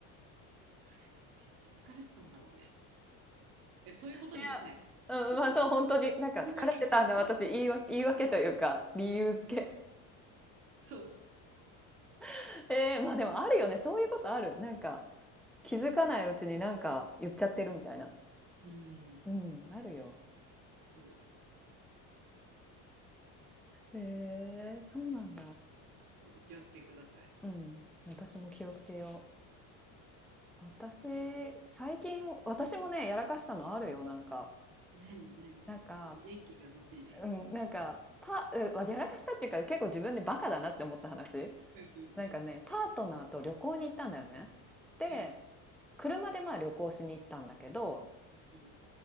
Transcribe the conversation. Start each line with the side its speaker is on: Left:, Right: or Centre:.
Right: かね、多分めっちゃ疲れてたんだろうね。え、そういうことにしたい。
Centre: いや、うん、まあそう、本当に、なんか疲れてたんだ、
Right: 言い訳が欲しい。
Centre: 私、言い訳、言い訳というか、理由付け。
Right: そう。
Centre: <laughs> えー、まあでもあるよね、そういうことある。なんか、気づかないうちになんか言っちゃってるみたいな。
Right: うん、
Centre: うん、あるよ。
Right: そ
Centre: へえ、そうなんだ。
Right: う。お気をつけください。
Centre: うん、私も気をつけよう。私、最近、私もね、やらかしたのあるよ、なんか。
Right: 何、何、ちょっと元気が欲しい。
Centre: なんか、うん、なんかパうやらかしたっていうか結構自分でバカだなって思った話
Right: うんう
Centre: なんかねパートナーと旅行に行ったんだよね。で
Right: んうん。うん
Centre: 車でまあ旅行しに行ったんだけど
Right: うんうん。